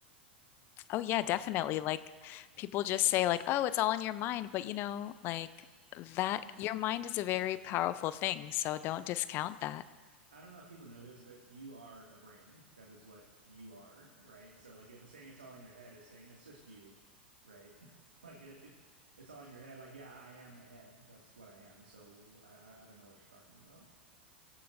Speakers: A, on the left; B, on the right.
A: Oh yeah, definitely. Like people just say like, "Oh, it's all in your mind," but you know, like that your mind is a very powerful thing, so don't discount that.
B: I don't know if people know this, but you are a brain. That is what you are, right? So like if it's saying it's all in your head, it's saying it's just you, right? <laughs> Like it, it it's all in your head. Like, yeah, I am a head. That's what I am. So I, I I don't know what you're talking about.